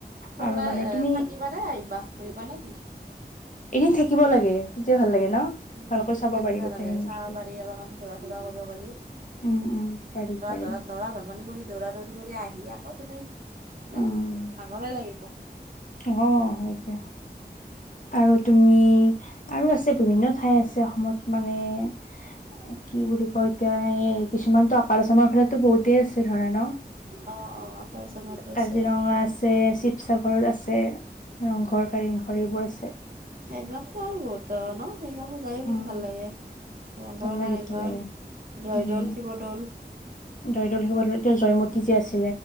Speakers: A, on the right (about 55°); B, on the left (about 50°).
A: তোমালোকে
B: আৰু মানে তুমি
A: থাকিবা নে আহিবা ঘূৰিবা নেকি।
B: <inaudible> এদিন থাকিব লাগে তেতিয়া ভাল লাগে ন
A: উম
B: ভালকৈ
A: যদি
B: চাব
A: থাকিব
B: পাৰি গোটেইখিনি
A: লাগে চাব
B: বস্তু।
A: পাৰি অলপমান ঘূৰা ফুৰা কৰিব লৰা
B: উম উম পাৰি পাৰি
A: ধৰা লৰা ধেমালি কৰি দৌৰা দৌৰি কৰি আহি অ' তুমি ন
B: উম
A: ভাগৰে লাগিব
B: অ', হয় দিয়া। আৰু তুমি আৰু আছে বিভিন্ন ঠাই আছে অসমত মানে কি বুলি কয় এতিয়া এই কিছুমানতো আপাৰ আচামৰ ফালেটো বহুতেই আছে ধৰা ন।
A: অ'। অ আপাৰ আচামতো আছে
B: কাজিৰঙা আছে শিৱসাগৰত আছে ৰংঘৰ কাৰেংঘৰ এইবোৰ আছে।
A: সেইবিলাকো আৰু বহুত ন সেইবিলাকো যায়
B: উম
A: বহুত ভাল লাগে। ৰংঘৰ
B: ভাল লাগে
A: কাৰেংঘৰ
B: ভাল লাগে
A: জয়দৌল
B: উম
A: শিৱদৌল।
B: জয়দৌল শিৱদৌল এতিয়া জয়মতী যে আছিল।